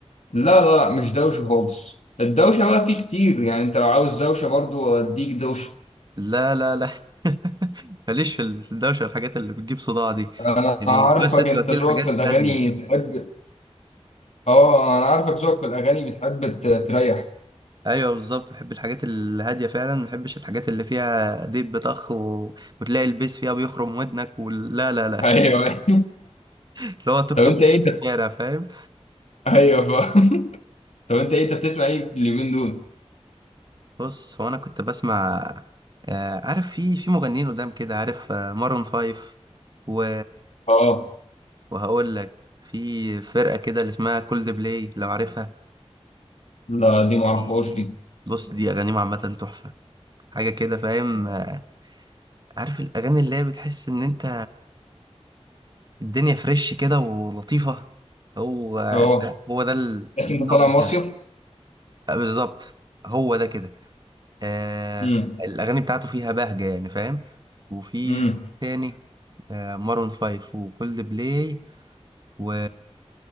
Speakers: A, on the left; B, on the right.
A: لا لا لا مش دوشه خالص الدوشه بقى فيه كتير يعني انت لو عاوز دوشه برضو اديك دوشه
B: لا لا لا <laughs> ماليش في الدوشه والحاجات اللي بتجيب صداع دي
A: انا
B: يعني
A: عارفك
B: بس انت
A: انت
B: قلت
A: ذوقك
B: لي حاجات
A: في الاغاني
B: هاديه
A: بتحب اه انا عارفك ذوقك في الاغاني بتحب ت- تريح
B: ايوه بالظبط بحب الحاجات الهاديه فعلا ما بحبش الحاجات اللي فيها ديب بطخ و... وتلاقي البيس فيها بيخرم ودنك ولا لا لا
A: ايوه
B: اللي هو
A: <laughs>
B: توك
A: طب
B: توك
A: انت ايه
B: في
A: ده؟
B: الشارع فاهم
A: ايوه طب انت ايه انت بتسمع ايه اليومين دول؟
B: بص هو انا كنت بسمع آه عارف في في مغنيين قدام كده عارف آه مارون فايف و...
A: اه
B: وهقول لك في فرقة كده اللي اسمها كولد بلاي لو عارفها
A: لا دي معرفهاش
B: دي
A: دي
B: بص دي اغانيهم عامة تحفة حاجة كده فاهم آه، عارف الاغاني اللي هي بتحس ان انت الدنيا فريش كده ولطيفة هو
A: اه
B: ده هو ده, ال...
A: بس
B: ده
A: انت
B: النوع
A: طالع
B: بتاعي
A: مصيف
B: آه، بالظبط هو ده كده آه
A: امم
B: الأغاني بتاعته فيها بهجة يعني فاهم وفي
A: امم
B: تاني آه مارون فايف وكولد بلاي و...